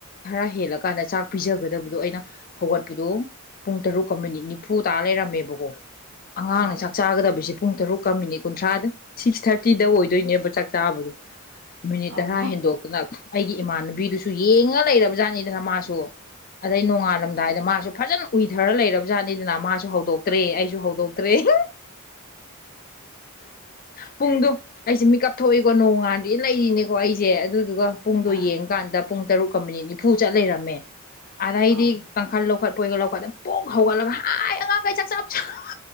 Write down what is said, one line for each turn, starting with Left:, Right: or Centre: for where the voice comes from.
Left: ꯈꯔ ꯍꯦꯜꯂꯀꯥꯟꯗ ꯆꯥꯛ ꯄꯤꯖꯒꯗꯕꯗꯣ ꯑꯩꯅ ꯍꯧꯒꯠꯄꯗꯣ ꯄꯨꯡ ꯇꯔꯨꯛꯀ ꯃꯤꯅꯤꯠ ꯅꯤꯐꯨ ꯇꯥ ꯂꯩꯔꯝꯃꯦꯕꯀꯣ ꯑꯉꯥꯡꯅ
Right: ꯑꯥ
Left: ꯆꯥꯛ ꯆꯥꯒꯗꯕꯁꯦ ꯄꯨꯡ ꯇꯔꯨꯛꯀ ꯃꯤꯅꯤꯠ ꯀꯨꯟꯊ꯭ꯔꯥꯗ ꯁꯤꯛꯁ ꯊꯥꯔꯇꯤꯗ ꯑꯣꯏꯗꯣꯏꯅꯦꯕ ꯆꯥꯛ ꯆꯥꯕꯗꯣ ꯃꯤꯅꯤꯠ ꯇꯔꯥ
Right: ꯑꯥ
Left: ꯍꯦꯟꯗꯣꯛꯇꯅ ꯑꯩꯒꯤ ꯏꯃꯥꯟꯅꯕꯤꯗꯨꯁꯨ ꯌꯦꯡꯉ ꯂꯩꯔꯕ ꯖꯥꯠꯅꯤꯗꯅ ꯃꯥꯁꯨ ꯑꯗꯩ ꯅꯣꯡꯉꯥꯜꯂꯝꯗꯥꯏꯗ ꯃꯥꯁꯨ ꯐꯖꯅ ꯎꯏꯊꯔ ꯂꯩꯔꯕ ꯖꯥꯠꯅꯤꯗꯅ ꯃꯥꯁꯨ ꯍꯧꯗꯣꯛꯇ꯭ꯔꯦ ꯑꯩꯁꯨ ꯍꯧ ꯇꯦ ꯄꯨꯡꯗꯣ ꯑꯩꯁꯦ ꯃꯤꯀ ꯀꯞ ꯊꯣꯛꯏꯀꯣ ꯅꯣꯡꯉꯥꯟꯗ ꯂꯩꯔꯤꯅꯦꯀꯣ ꯑꯩꯁꯦ ꯑꯗꯨꯗꯨꯒ ꯄꯨꯡꯗꯣ
Right: ꯑꯥ
Left: ꯌꯦꯡꯉꯀꯥꯟꯗ ꯄꯨꯡ ꯇꯔꯨꯛꯀ ꯃꯤꯅꯤꯠ ꯅꯤꯐꯨ ꯆꯠ ꯂꯩꯔꯝꯃꯦ ꯑꯗꯩꯗꯤ
Right: ꯑꯥ
Left: ꯀꯥꯡꯈꯜ ꯂꯧ ꯂꯧꯈꯠꯂꯒ ꯄꯣꯡ ꯍꯧꯒꯠꯂꯒ ꯍꯥꯏ ꯑꯉꯥꯡꯈꯩ ꯆꯥꯛ ꯆꯥꯕꯥ ꯆꯪꯉꯛꯑꯣ꯫